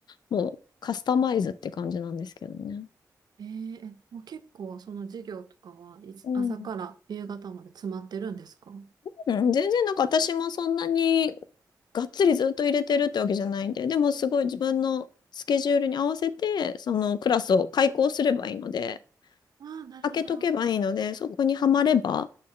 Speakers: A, on the left (about 75°); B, on the right (about 70°).
A: もうカスタマイズって感じなんですけどね。
B: えー、えもう結構その授業とかはいつ朝から夕方まで詰まってるんですかあ
A: うん、うん全然なんか私もそんなにがっつりずっと入れてるってわけじゃないんで、でもすごい自分のスケジュールに合わせて、そのクラスを開講すればいいので、
B: あ、なるほど。
A: 開けとけばいいので、
B: あ
A: そこにはまれば